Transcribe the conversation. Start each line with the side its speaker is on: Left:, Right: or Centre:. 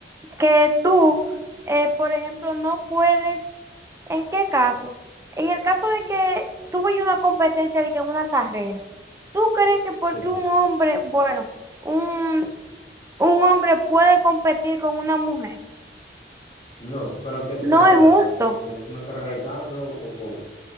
Right: que tú, eh, por ejemplo, no puedes, ¿en qué caso? En el caso de que tú vayas a una competencia de que en una carrera, ¿tú crees que porque
Left: Sí.
Right: un hombre, bueno, un, un hombre puede competir con una mujer?
Left: No, pero ¿qué tipo
Right: No
Left: de carrera
Right: es justo.
Left: es? ¿Es ¿Una carrera de carro o cómo?